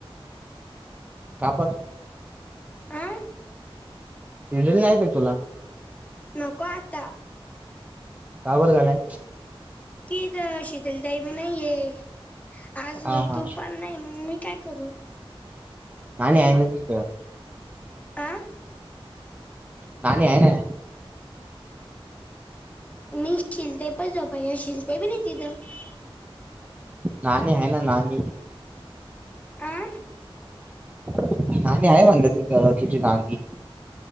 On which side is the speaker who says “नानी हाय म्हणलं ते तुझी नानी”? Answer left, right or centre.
Right